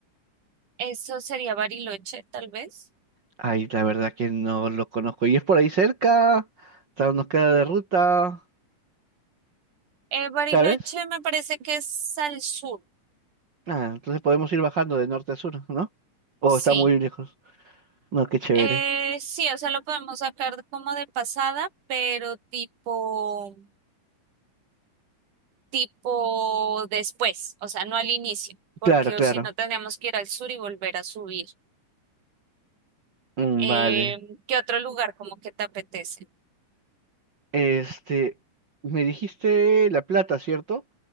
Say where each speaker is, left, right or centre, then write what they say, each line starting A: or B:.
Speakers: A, on the right; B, on the right.
A: Eso sería Bariloche, tal vez.
B: Ay, la verdad que no lo conozco. Y es por ahí cerca, claro, nos queda de ruta,
A: Eh, Bariloche
B: ¿sabes?
A: me parece que es al sur,
B: Ah, entonces podemos ir bajando de norte a sur, ¿no? O
A: sí.
B: está muy lejos. No, qué chévere.
A: Eh, sí, o sea, lo podemos sacar como de pasada, pero tipo, tipo después, o sea, no al inicio, porque
B: Claro, claro.
A: o si no tenemos que ir al sur y volver a subir.
B: Mm,
A: Eh,
B: vale.
A: ¿qué otro lugar como que te apetece?
B: Este, me dijiste La Plata, ¿cierto?